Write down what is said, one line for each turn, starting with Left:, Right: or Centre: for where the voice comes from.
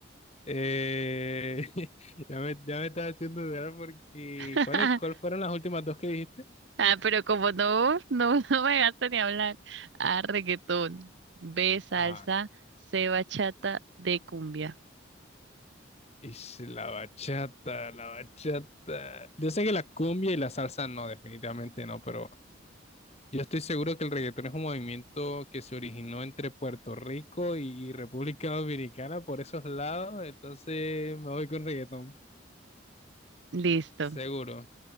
Left: Eh, <laughs> ya me, ya me estaba haciendo dudar porque...
Right: <laughs>
Left: ¿Cuáles, cuál fueron las últimas dos que dijiste?
Right: Ah, pero como no, no, <laughs> no me dejaste ni hablar. A. Reggaetón. B. Salsa.
Left: Ajá.
Right: C. Bachata. D. Cumbia.
Left: Ish, la bachata, la bachata. Yo sé que la cumbia y la salsa no, definitivamente no, pero Yo estoy seguro que el reggaetón es un movimiento que se originó entre Puerto Rico y República Dominicana por esos lados, entonces me voy con reggaetón,
Right: Listo.
Left: seguro.